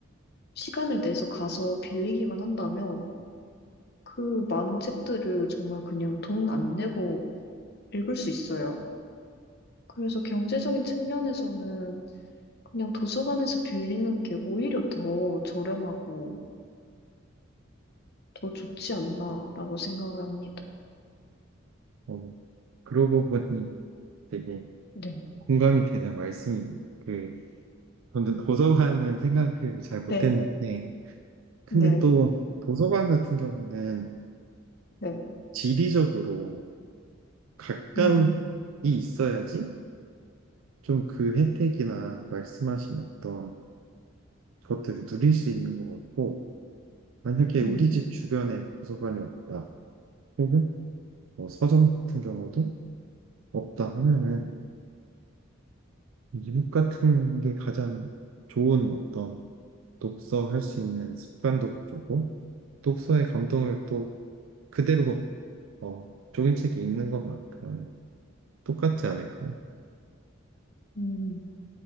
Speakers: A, on the left; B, on the right.
A: 시간을 내서 가서 빌리기만 한다면 그 많은 책들을 정말 그냥 돈 안 내고 읽을 수 있어요. 그래서 경제적인 측면에서는 그냥 도서관에서 빌리는 게 오히려 더 저렴하고 더 좋지 않나라고 생각을 합니다.
B: 어, 그러고 보니 되게
A: 네,
B: 공감이 되는 말씀이네요. 그, 저는 도서관은 <laughs> 생각을 잘 못했는데,
A: 네,
B: 근데
A: 네,
B: 또 도서관 같은 경우는
A: 네.
B: 지리적으로 가까이
A: 음,
B: 있어야지 좀 그 혜택이나 말씀하신 어떤 것들을 누릴 수 있는 것 같고, 만약에 우리
A: 음,
B: 집 주변에 도서관이 없다, 혹은 뭐 서점 같은 경우도 없다 하면은 이북 같은 게 가장 좋은 어떤 독서 할 수 있는 습관도 주고, 독서의 감동을 또 그대로 어, 종이책에 있는 것만큼 똑같지 않을까요?
A: 음.